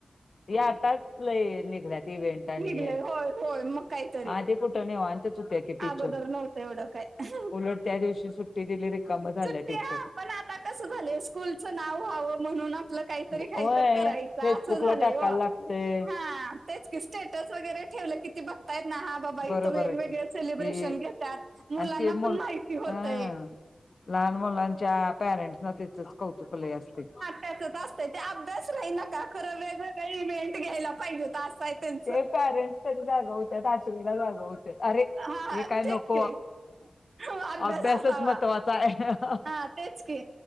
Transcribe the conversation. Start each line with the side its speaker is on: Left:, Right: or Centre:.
Left: या आता लई निघल्या इवेंट आणि
Right: निघले
Left: हे
Right: होय होय मग काहीतरी
Left: आदी कुठे निवांतच होत्या के टीचर
Right: अगोदर नव्हतं एवढं काय
Left: उलट त्या दिवशी सुट्टी दिली रिकामं झालं
Right: सुट्ट्या
Left: टीचर.
Right: पण आता कस झालं स्कूलचं नाव व्हावं म्हणून आ पलं काहीतरी
Left: होय
Right: काहीतर करायच
Left: फेसबुकला
Right: असं झालंय
Left: टाकायला
Right: हो
Left: लागतय
Right: हा. तेच की स्टेटस वगैरे ठेवलं किती बघताय ना हा गं बाई
Left: बरोबर
Right: तर वेगवेगळेच
Left: आहे की
Right: सेलिब्रेशन
Left: ही
Right: घेतात मुलांना
Left: आणि ते मुल
Right: पण माहिती होतय.
Left: अं लहान मुलांच्या पॅरेंट्सना त्याचच कौतुकले लई असते.
Right: त्यातच असतं ते अभ्यास नाही नका खरं वेगवेगळे इव्हेंट घ्यायला पाहिजेत असं आहे त्यांचं.
Left: ते पॅरेंट्स कधी जागा होतय आचलेला जागा होते अरे
Right: हा
Left: हे काय नको
Right: तेच की अभ्यास
Left: अभ्यासच
Right: असावा
Left: महत्वाचा आहे.
Right: हा तेच की